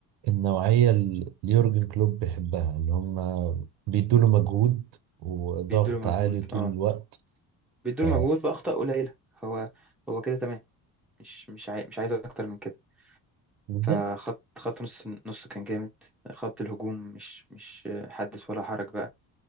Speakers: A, on the right; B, in the centre.
A: النوعية اللي يورجن كلوب بيحبها اللي هما بيدوله مجهود وضغط
B: بيدوله مجهود
A: عالي طول
B: اه
A: الوقت
B: بيدوله
A: ف
B: مجهود بأخطاء قليلة هو هو كده تمام مش مش عاي... مش عايز اكتر من كده
A: بالظبط
B: فخط خط نص نص كان جامد خط الهجوم مش مش حدث ولا حرج بقى